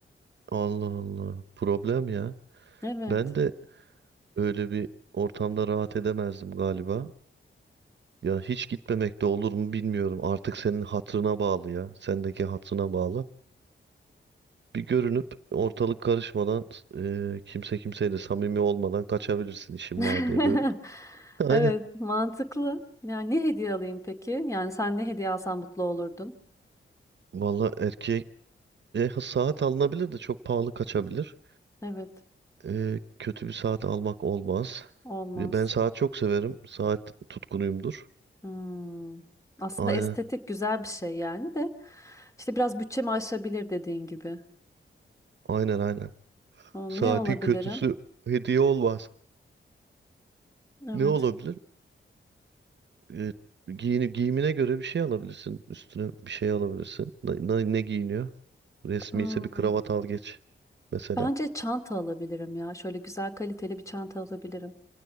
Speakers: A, on the right; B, on the left.
A: Allah Allah. Problem ya.
B: Evet.
A: Ben de öyle bir ortamda rahat edemezdim galiba. Ya hiç gitmemek de olur mu bilmiyorum. Artık senin hatırına bağlı ya. Sendeki hatırına bağlı. Bir görünüp ortalık karışmadan e, kimse kimseyle samimi olmadan kaçabilirsin işin
B: <laughs>
A: var diye böyle. <laughs> Aynen.
B: Evet, mantıklı. Yani ne hediye alayım peki? Yani sen ne hediye alsan mutlu olurdun?
A: Valla erkeğe e, saat alınabilir de çok pahalı kaçabilir.
B: Evet,
A: E, kötü bir saat almak olmaz.
B: olmaz.
A: Ve Ben saat çok severim. Saat tutkunuyumdur.
B: Hmm. Aslında
A: Aynen.
B: estetik güzel bir şey yani de işte biraz bütçemi aşabilir dediğin gibi.
A: Aynen aynen.
B: Aa,
A: Saatin
B: Ne alabilirim?
A: kötüsü hediye olmaz.
B: Evet.
A: Ne olabilir? e, giyini, giyimine göre bir şey alabilirsin. Üstüne bir şey alabilirsin. Ne, ne- ne giyiniyor? Resmi
B: Hmm.
A: ise bir kravat al geç. Mesela.
B: Bence çanta alabilirim ya. Şöyle güzel kaliteli bir çanta alabilirim.